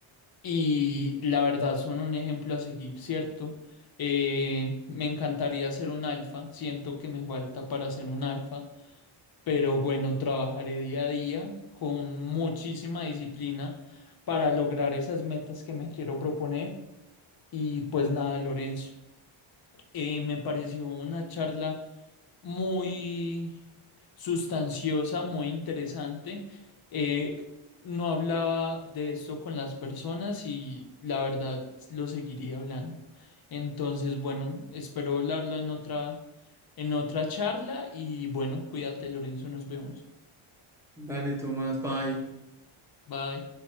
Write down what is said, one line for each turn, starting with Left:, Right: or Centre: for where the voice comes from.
Left: y la verdad son un ejemplo a seguir, ¿cierto? Eh, me encantaría ser un alfa, siento que me falta para ser un alfa, pero bueno, trabajaré día a día con muchísima disciplina para lograr esas metas que me quiero proponer. Y pues nada, Lorenzo, eh, me pareció una charla muy sustanciosa, muy interesante. Eh, no hablaba de esto con las personas y la verdad lo seguiría hablando. Entonces, bueno, espero hablarlo en otra, en otra charla y bueno, cuídate, Lorenzo, nos vemos.
Centre: Dale, Tomás, bye.
Left: Bye.